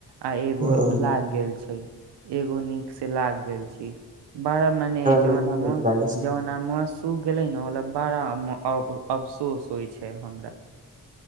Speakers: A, on the right; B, on the right.
A: आ एगो
B: ह
A: लाग गेल छै। एगो नीक से लाग गैल छी। बड़ा मने
B: नीक
A: जोन हम
B: नीक लागे छै
A: जोना मस सुख गेलै न मतलब बाड़ा आम अब अफसोस होय छै हमरा।